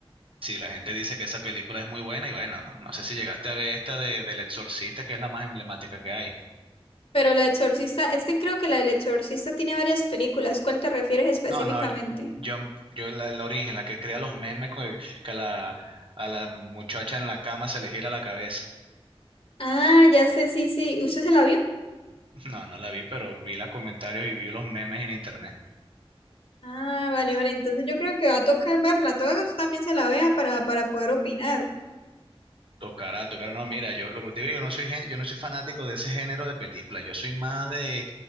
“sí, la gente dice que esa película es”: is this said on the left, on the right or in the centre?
Right